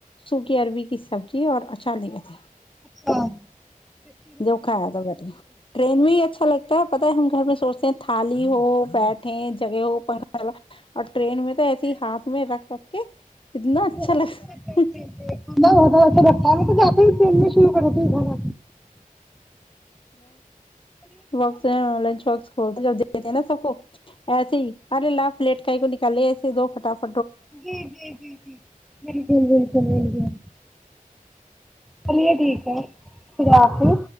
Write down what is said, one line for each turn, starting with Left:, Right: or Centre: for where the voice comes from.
Left: سوک اروی کی سبزی اور اچانگ تھ ہے
Centre: ہاں
Left: جو کھایا تھا بیٹے ٹرین میں ہی اچھا لگتا ہے پتہ ہے ہم گھر میں سوچتے ہیں تھالی ہو بیٹھے جگ وہ پھ <unintelligible> ٹرین میں تو ایسے ہی ہاتھ میں رکھ رکھ کے اتنا اچھا
Centre: بہت
Left: لگتا
Centre: اچھ بہت اا را ہے تو جاتے ہی میں تو کرا ت ب آ <unintelligible>
Left: ائول ج دتے نا سب کو ایسے ہی ارے لاپ لیٹک ہی کو <unintelligible> کلے ایسے دو فٹافے
Centre: جی جی جی جی بالکل بالکل بالکل چلیے ٹھیک ہے خھر آفو